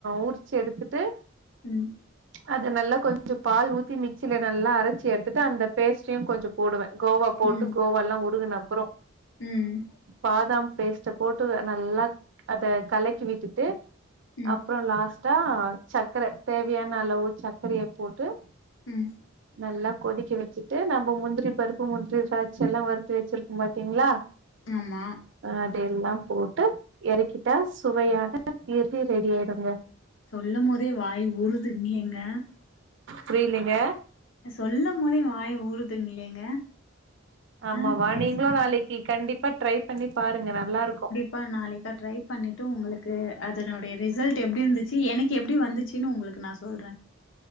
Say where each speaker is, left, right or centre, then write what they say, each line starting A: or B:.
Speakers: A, on the right; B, on the left.
A: உரிச்சு எடுத்துட்டு
B: ம்
A: அத நல்லா கொஞ்சோ பால் ஊத்தி மிக்ஸில நல்லா அரச்சி எடுத்துட்டு அந்த பேஸ்ட்ரியு கொஞ்சோ போடுவன் கோவா போட்டு
B: ம்
A: கோவல்லா உருகுன அப்றோ
B: ம்
A: பாதாம் பேஸ்ட்ட போட்டு நல்லா அத கலக்கி விட்டுட்டு
B: ம்
A: அப்பற லாஸ்டா சக்கர தேவையான அளவு சக்கரய போட்டு
B: ம்
A: நல்லா கொதிக்க வெச்சுட்டு நம்ப முந்திரி பருப்பு முந்திரி திராட்சல்லா வறுத்து வெச்சிருக்கோம் பாத்தீங்ளா
B: ஆமா
A: அத எல்லாம் போட்டு எறக்கிட்டா சுவையான <unintelligible> ரெடி ஆயிடோங்க
B: சொல்லும் போதே வாய் ஊறுதுங் ஏங்க
A: புரியலங்க
B: சொல்லும் போதே வாய் ஊறுதுங்லேங்க
A: ஆமாவா
B: ஆ டேஸ்ட்
A: நீங்களு
B: ஆ
A: நாளிக்கி கண்டிப்பா ட்ரை பண்ணி பாருங்க நல்லா இருக்கு
B: பா நாளைக்கா ட்ரை பண்ணிட்டு உங்களுக்கு அதனுடைய ரிசல்ட் எப்டி இருந்துச்சி எனக்கு எப்டி வந்துச் சின்னு உங்களுக்கு நான் சொல்றன்